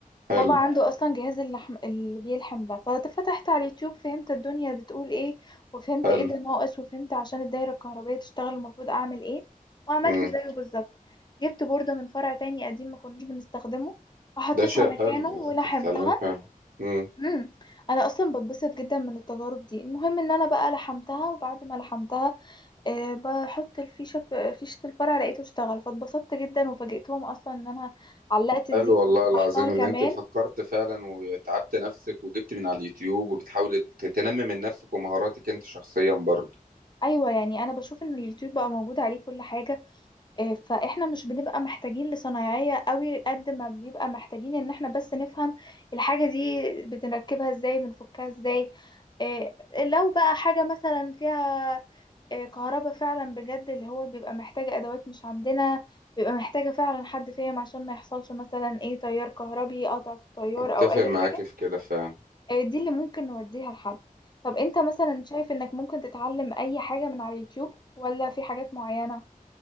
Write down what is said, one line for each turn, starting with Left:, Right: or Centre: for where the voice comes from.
Right: حلو
Left: بابا عنده اصلا جهاز اللحم اللي بيلحم ده ففتحت على اليوتيوب فهمت الدنيا بتقول ايه وفهمت
Right: حلو
Left: ايه اللي ناقص وفهمت عشان الدايره الكهربائيه تشتغل المفروض اعمل ايه وعملت
Right: مم.
Left: زيه بالظبط جبت بورده من فرع تاني قديم ما كناش بنستخدمه وحطيتها
Right: ده شيء
Left: مكانه
Right: حلو
Left: ولحمتها
Right: إن أنت تتعلمي فعلا مم.
Left: امم انا اصلا بتبسط جدا من التجارب دي المهم ان انا بقى لحمتها وبعد ما لحمتها أه بحط الفيشه في فيشه الفرع لقيته اشتغل فاتبسطت جدا وفاجئتهم اصلا ان انا علقت الزين
Right: حلو والله العظيم
Left: لحظتها كمان
Right: اللي أنت فكرت فعلا وتعبت نفسك وجبت من على اليوتيوب وبتحاولي تنمي من نفسك ومهاراتك أنت شخصيا برضه
Left: ايوه يعني انا بشوف ان اليوتيوب بقى موجود عليه كل حاجه آه، فاحنا مش بنبقى محتاجين لصنايعيه قوي قد ما بيبقى محتاجين ان احنا بس نفهم الحاجه دي بنركبها ازاي بنفكها ازاي آه، لو بقى حاجه مثلا فيها آه، كهرباء فعلا بجد اللي هو بيبقى محتاجه ادوات مش عندنا بيبقى محتاجه فعلا حد فاهم عشان ما يحصلش مثلا ايه تيار كهربي قطع في التيار
Right: أتفق
Left: او اي
Right: معاك
Left: حاجه
Right: في كده فعلا
Left: آه، دي اللي ممكن نوديها لحد طب انت مثلا شايف انك ممكن تتعلم اي حاجة من على اليوتيوب ولا في حاجات معينة